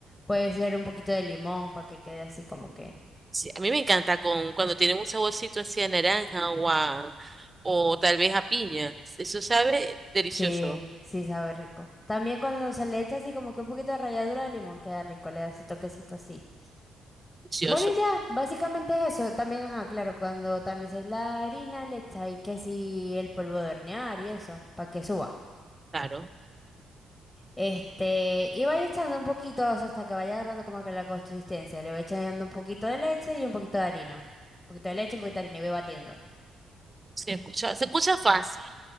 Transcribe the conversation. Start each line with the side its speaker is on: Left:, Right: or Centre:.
Left: puede ser un poquito de limón para que quede así como que.
Right: Sí, a mí me encanta con cuando tienen un saborcito así a naranja o a, o tal vez a piña. Eso sabe delicioso,
Left: Sí, sí sabe rico. También cuando se le echa así como que un poquito de ralladura de limón, queda rico, le da ese toquecito así.
Right: delicioso,
Left: Bueno, y ya, básicamente es eso. También, ajá, claro, cuando tamizáis la harina, le echáis que si el polvo de hornear y eso, para que suba.
Right: claro.
Left: Este, y vais echando un poquito eso hasta que vaya agarrando como que la consistencia. Le vais echando un poquito de leche y un poquito de harina. Un poquito de leche, un poquito de harina y voy batiendo.
Right: Se escucha, se escucha
Left: Y-
Right: fácil,